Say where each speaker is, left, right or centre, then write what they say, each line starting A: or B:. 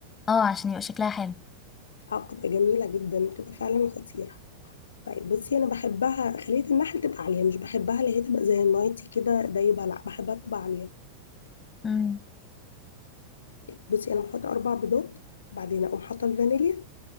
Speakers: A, on the left; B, on the left.
A: اه عشان يبقى شكلها حلو
B: اه بتبقى جميله جدا بتبقى فعلا خطيره طيب بصي انا بحبها خليه النحل تبقى عاليه مش بحبها اللي هي تبقى زي النايتي كده دايبه لا بحبها بتبقى عاليه
A: مم.
B: بصي انا بحط اربع بيضات بعدين اقوم حاطه الفانيليا